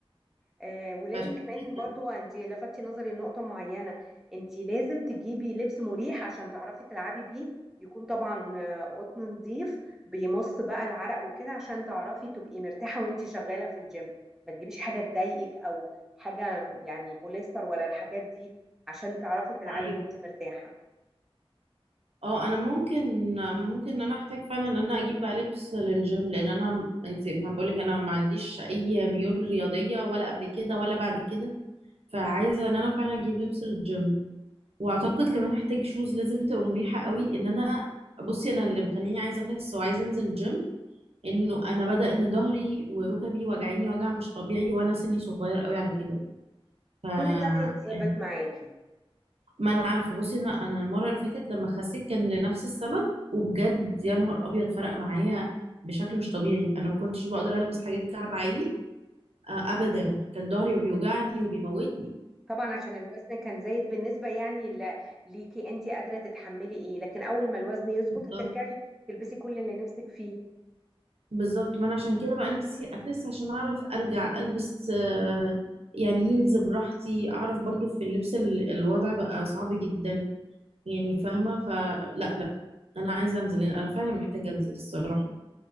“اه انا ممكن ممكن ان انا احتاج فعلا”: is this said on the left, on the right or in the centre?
Right